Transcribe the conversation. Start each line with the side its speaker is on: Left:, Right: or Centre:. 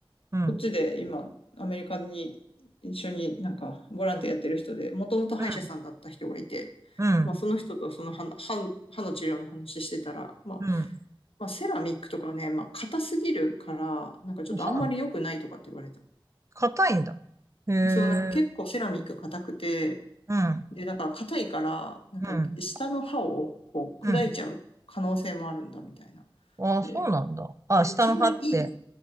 Right: うん。
Left: こっちで今、アメリカに一緒になんかボランティアやってる人で、もともと歯医者さんだった人がいて、
Right: うん。うん。
Left: まあその人とその歯の、歯歯の治療の話してたら、まあ
Right: うん。
Left: まあ、セラミックとかね、まあ、硬すぎるから、なんかちょっとあんまり良くないとかって言われた。
Right: あそうなの硬いんだ。へえ。
Left: そう、なんか結構セラミック硬くて、
Right: うん。
Left: で、なんか硬いから、なんか下の歯をこう砕いちゃう可能性もあるんだみたいな。
Right: うん。うん。ああ、
Left: で、
Right: そうなんだ。あ、
Left: で一番いい、
Right: 下の歯って、